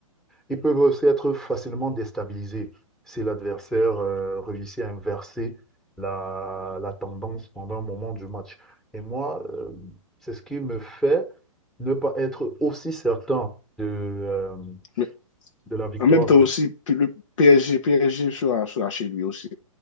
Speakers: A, in the centre; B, on the left (about 60°).
A: ils peuvent aussi être facilement déstabilisés si l'adversaire euh, réussit à inverser la, la tendance pendant un moment du match. Et moi, euh, c'est ce qui me fait ne pas être aussi certain de, euh,
B: Mais
A: de la victoire.
B: en même temps aussi, le PSG, PSG sera, sera chez lui aussi.